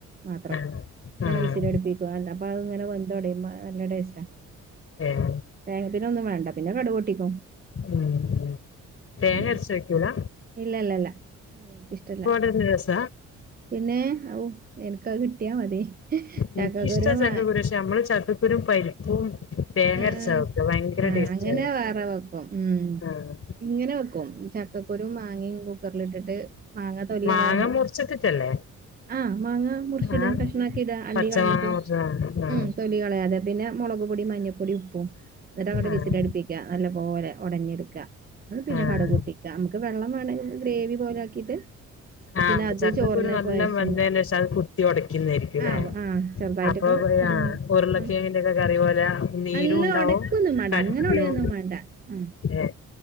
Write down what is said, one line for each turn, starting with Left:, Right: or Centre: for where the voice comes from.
Right: മാത്രം
Left: ആഹ്
Right: ന്നട്ടണ്
Left: ആഹ്
Right: വിശിലടിപ്പിക്കും അല്ല അപ്പതങ്ങനെ വെന്തൊടയുമ്പ നല്ല ടേസ്റ്റാ
Left: ഉം
Right: വേ പിന്നൊന്നും വേണ്ട പിന്നെ കടു പൊട്ടിക്കും
Left: ഉം ഉം തേങ്ങ
Right: ഉം
Left: അരച്ച് വെക്കൂല
Right: ഇല്ലല്ലല്ല എനക്ക് ഇഷ്ടല്ല
Left: <unintelligible> രെസാ
Right: പിന്നെ ഔ എനക്കത് കിട്ടിയാ മതി ചക്കക്കുരു
Left: എനിക്കിഷ്ടാ
Right: മാ
Left: പക്ഷെ നമ്മള് ചക്കക്കുരും പരിപ്പും തേങ്ങ
Right: ആഹ്
Left: അരച്ചാ വെക്ക ഭയങ്കര
Right: ആ
Left: ടേസ്റ്റാ
Right: അങ്ങനെ
Left: അത്.
Right: വേറെ വെക്കും ഉം
Left: ആഹ്
Right: ഇങ്ങനെ വെക്കും ചക്കക്കുരും മാങ്ങിയും കുക്കറിലിട്ടിട്ട് മാങ്ങ തൊലി
Left: മാങ്ങ
Right: കളയാതെ
Left: മുറിച്ചിട്ടിട്ടല്ലേ
Right: ആഹ് മാങ്ങ മുറിച്ചിടാ
Left: ആഹ്
Right: കഷ്ണം ആക്കിട്ട് അണ്ടി
Left: പച്ചമാങ്ങ
Right: കളഞ്ഞിട്ട്
Left: മുറിച്ചത് ആഹ്
Right: ഉം തൊ- ലികളയാതെ പിന്നെ മൊളക്പ്പൊടി മഞ്ഞ പ്പൊടി ഉപ്പും എന്നിട്ട് അങ്ങട്ട്
Left: ആഹ്
Right: വിസിലടിപ്പിക്യ നല്ലപോലെ ഒടഞ്ഞെടുക്യ പിന്നെ
Left: ആഹ്
Right: കടുക് പൊട്ടിക്യ നമുക്ക് വെള്ളം വേണെങ്കി ഗ്രേവി പോലെ ആക്കിയിട്ട്
Left: ആഹ്
Right: പിന്നെ അത്
Left: ചക്കക്കുരു
Right: ചോറിന്
Left: നല്ലം
Right: കൊഴച്ചെന്ന്
Left: വെന്തേനേശം അത് കുത്തി ഒടക്കുന്നെ ആയിരിക്കും ല്ലെ
Right: ആഹ് ആഹ് ചെറുതായിട്ടൊക്കെ
Left: അപ്പൊ
Right: ഒടഞ്ഞു
Left: <unintelligible> ഉരുളക്കെഴങ്ങിന്റെക്കെ
Right: ആഹ്
Left: കറി പോലെ നീരും
Right: അല്ല
Left: ഉണ്ടാവും
Right: ഒടക്കൊന്നും വേണ്ട
Left: കട്ടിയും
Right: അങ്ങനൊടയൊന്നും വേണ്ട ആഹ്
Left: ഏ